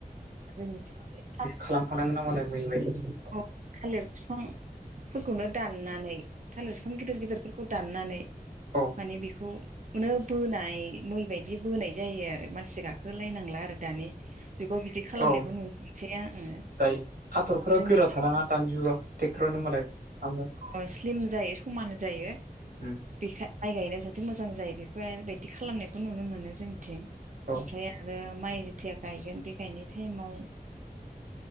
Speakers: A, on the right (about 55°); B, on the right (about 80°).
A: जोंनिथि
B: खालामफानांगोन नामालाय मै बायदि।
A: औ थालिर बिफां फोरखौनो दाननानै थालिर बिफां गिदिर गिदिरफोरखौ दाननानै
B: औ
A: माने बेखौ अनो बोनाय मै बायदि बोनाय जायो आरो मानसि गाखोलायनांला आरो दानि जुगाव बिदि खालामनायखौ
B: औ
A: नुनो मोनसै आ आङो।
B: जायो हाथरफोरा
A: जोंनिथिं
B: गोरा थालाङा दानि जुगाव ट्रेक्टरानो मालाय खालामो
A: अ स्लिम जायो समान जायो।
B: उम
A: बेखा माइ गायनायाव जाहाथे मोजां जायो बेफोरबायायदि खालामनायखौ नुनो मोनो जोंनिथिं। ओमफ्राय
B: औ
A: आरो माइ जेथिया गायगोन बे गायनाय टाइमाव